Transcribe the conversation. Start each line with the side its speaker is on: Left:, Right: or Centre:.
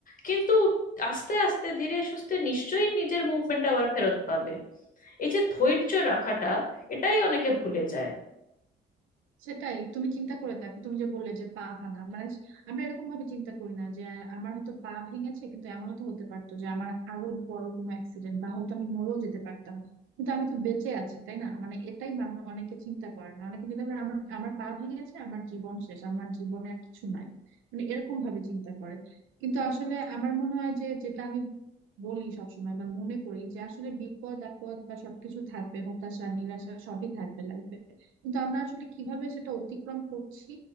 Left: কিন্তু আস্তে আস্তে ধীরে সুস্থে নিশ্চয়ই নিজের মুভমেন্ট আবার ফেরত পাবে এই যে ধৈর্য রাখাটা এটাই অনেকে ভুলে যায়
Right: সেটাই তুমি চিন্তা করে দেখো তুমি যে বললে যে পা ভাঙা মানে আমরা এরকম ভাবে চিন্তা করি না যে আমার হয়তো পা ভেঙেছে কিন্তু এমনও তো হতে পারতো যে আমার আরো বড় কোনো অ্যাক্সিডেন্ট বা হয়তো আমি মরেও যেতে পারতাম কিন্তু আমি তো বেঁচে আছি তাই না মানে এটাই মানুষ অনেকে চিন্তা করে না অনেকে চিন্তা করে আমার আমার পা ভেঙেছে আমার জীবন শেষ আমার জীবনে আর কিছু নাই মানে এরকম ভাবে চিন্তা করে কিন্তু আসলে আমার মনে হয় যে যেটা আমি বলি সবসময় বা মনে করি যে আসলে বিপদ আপদ বা সবকিছু থাকবে হতাশা নিরাশা সবই থাকবে লাইফে কিন্তু আমরা আসলে কিভাবে সেটা অতিক্রম করছি